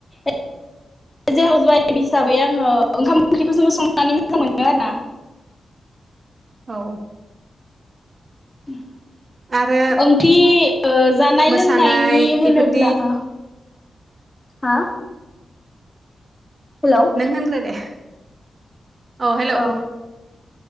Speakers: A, on the left; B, on the right.
A: एज ए हाउस वाइभ हिसाबै आङो ओंखाम ओंख्रिखौनो संनानै मोजां मोनो आरो ना।
B: औ
A: <unintelligible>
B: आरो
A: ओंथि ओ जानाय
B: मोसानाय
A: लोंनायनि होनोब्ला
B: इफोरदि
A: ओ हा हेलौ
B: नों होनग्रो दे अ हेलौ
A: औ